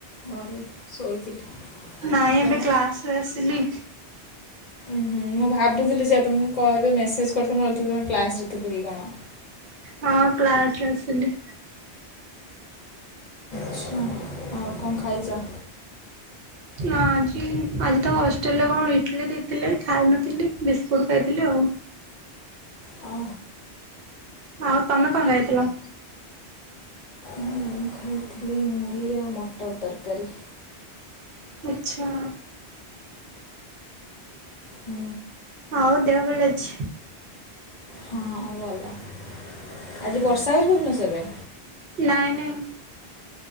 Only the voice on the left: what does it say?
ଘରେ ଶୋଇଥିଲି।
ତମେ
ଉୁଁ ହୁଁ ମୁଁ ଭାବୁଥିଲି ସେଇଆ ତ ମୁଁ କ ଯୋଉ ମେସେଜ୍ କରିଥିଲ ମୁଁ ଭାବୁଥିଲି ତମେ କ୍ଲାସ୍‌ରେ ଥିବ କି କଣ।
ଚ୍ଛା। ଆଉ କଁ ଖାଇଚ?
ଅ
ମୁଁ ଖାଇଥିଲି ମୁଢ଼ି ଆଉ ମଟର ତରକାରୀ।
ହୁଁ।
ହଁ ଆଉ ଭଲ ଆଜି ବର୍ଷା ହଉଚି ଭୁବନେଶ୍ୱରରେ?